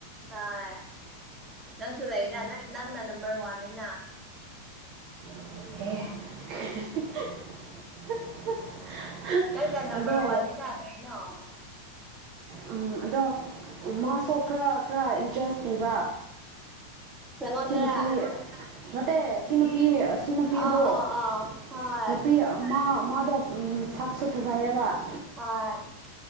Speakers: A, on the right; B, on the right.
A: ꯍꯣꯏ ꯅꯪꯁꯨ ꯂꯩꯅ ꯅꯪ ꯅꯪꯅ ꯅꯝꯕꯔ ꯋꯥꯟꯅꯤꯅ
B: ꯑꯦ
A: ꯅꯪꯅ ꯅꯝꯕꯝꯕꯔ
B: ꯑꯗꯣ
A: ꯋꯥꯟꯅꯤ ꯂ ꯀꯔꯤꯅ
B: ꯎꯝ ꯑꯗꯣ ꯃꯥꯁꯨ ꯈꯔ ꯈꯔ ꯏꯟꯇꯔꯦꯁ ꯄꯤꯕ
A: ꯅꯪꯉꯣꯟꯗꯔ
B: ꯁꯤ ꯅꯨꯄꯤ ꯅꯠꯇꯦ ꯁꯤ ꯅꯨꯄꯤ ꯁꯤ ꯅꯨꯄꯤꯕꯨ
A: ꯑꯥ ꯑꯥ ꯑꯥ ꯍꯣꯏ
B: ꯅꯨꯄꯤ ꯑꯃ ꯃꯥꯗꯣ ꯁꯛ ꯁꯨ ꯄꯖꯥꯏꯌꯦꯕ
A: ꯍꯣꯏ